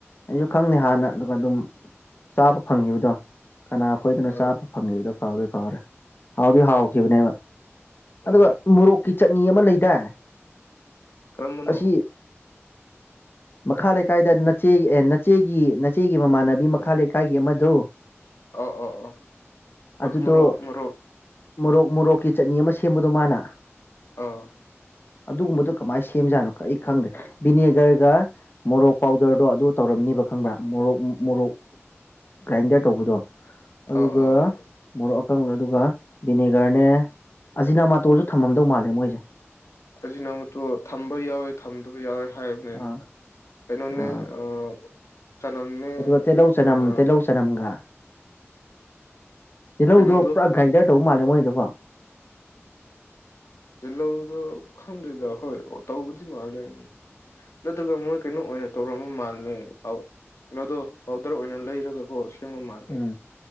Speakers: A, on the left (about 50°); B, on the left (about 85°).
A: ꯑꯩꯁꯨ ꯈꯪꯗꯦ ꯍꯥꯟꯅ ꯑꯗꯨꯒ ꯑꯗꯨꯝ ꯆꯥꯕ ꯐꯪꯉꯤꯕꯗꯣ ꯀꯅꯥ ꯈꯣꯏꯗꯅꫭ
B: ꯑꯥ
A: ꯆꯥꯕ ꯐꯪꯉꯤꯕꯗꯣ ꯀꯥꯎꯗꯤ ꯀꯥꯎꯔꯦ ꯍꯥꯎꯗꯤ ꯍꯥꯎꯈꯤꯕꯅꯦꯕ ꯑꯗꯨꯒ
B: ꯑꯥ
A: ꯃꯣꯔꯣꯛꯀꯤ ꯆꯠꯅꯤ ꯑꯃ ꯂꯩꯗꯥꯏ
B: ꯀꯔꯝꯕꯅꯣ
A: ꯑꯁꯤ ꯃꯈꯥ ꯂꯩꯀꯥꯏꯗ ꯅꯆꯦ ꯅꯆꯦꯒꯤ ꯅꯆꯦꯒꯤ ꯃꯃꯥꯟꯅꯕꯤ ꯃꯈꯥ ꯂꯩꯀꯥꯏꯒꯤ ꯑꯃꯗꯨ
B: ꯑꯣ ꯑꯣ ꯑꯣ
A: ꯑꯗꯨꯗꯣ
B: ꯃꯣꯔꯣꯛ ꯃꯣꯔꯣꯛ
A: ꯃꯣꯔꯣꯛ ꯃꯣꯔꯣꯛꯀꯤ ꯆꯠꯅꯤ ꯑꯃ ꯁꯦꯝꯕꯗꯣ ꯃꯥꯅ
B: ꯑꯥ
A: ꯑꯗꯨꯒꯨꯝꯕꯗꫭ ꯀꯃꯥꯏꯅ ꯁꯦꯝꯖꯥꯠꯅꯣ ꯑꯩ ꯈꯪꯗ꯭ꯔꯦ ꯚꯅꯦꯒꯔꯒ ꯃꯣꯔꯣꯛ ꯄꯥꯎꯗꯔꯗꯣ ꯑꯗꯨꯒ ꯇꯧꯔꯝꯅꯤꯕ ꯈꯪꯕ꯭ꯔꯥ ꯃꯣꯔꯣꯛ ꯃꯣꯔꯣꯛ ꯒ꯭ꯔꯥꯏꯟꯗꯔ ꯇꯧꯕꯗꯣ ꯑꯗꯨꯒ
B: ꯑꯥ ꯑꯥ
A: ꯃꯣꯔꯣꯛ <unintelligible> ꯑꯗꯨꯒ ꯕꯤꯅꯦꯒꯔꯅꯦ ꯑꯖꯤꯅꯥꯃꯇꯣꯁꯨ ꯊꯝꯃꯝꯗꯧ ꯃꯥꯜꯂꯦ ꯃꯣꯏꯁꯦ
B: ꯑꯖꯤꯅꯥꯃꯇꫭ ꯊꯝꯕ ꯌꯥꯎꯋꯦ ꯊꯝꯗꯕ ꯌꯥꯎꯋꯦ ꯍꯥꯏꯕꯅꯤ
A: ꯑꯥ
B: ꯅꯍꯥꯟ ꯀꯩꯅꯣꯅꯦ
A: ꯑꯥ
B: ꯑ ꯆꯅꯝꯅꯦ
A: ꯑꯗꯨꯒ ꯇꯤꯜꯍꯧ ꯆꯅꯝ
B: ꯑꯥ
A: ꯇꯤꯜꯍꯧ ꯆꯅꯝꯒ ꯇꯤꯜꯍꯧꯗꯣ
B: ꯀꯩꯅꯣꯗꯣ
A: ꯄꯨꯔꯥ ꯒ꯭ꯔꯥꯏꯟꯗꯔ ꯇꯧꯕ ꯃꯥꯜꯂꯦ ꯃꯣꯏꯗꫭꯀꯣ
B: ꯇꯤꯜꯍꯧꯗꯣ ꯈꯪꯗꯦꯗ ꯍꯣꯏ ꯇꯧꯕꯗꯤ ꯃꯥꯜꯂꯦ ꯅꯠꯇꯒ ꯃꯣꯏ ꯀꯩꯅꯣ ꯑꯣꯏꯅ ꯇꯧꯔꯝꯝꯕ ꯃꯥꯜꯂꯦ ꯀꯩꯅꯣꯗꯣ ꯄꯥꯎꯗ꯭ꯔ ꯑꯣꯏꯅ ꯂꯩꯔꯒꯀꫭ ꯁꯤ ꯁꯦꯝꯕ ꯃꯥꯜꯂꯦ
A: ꯎꯝ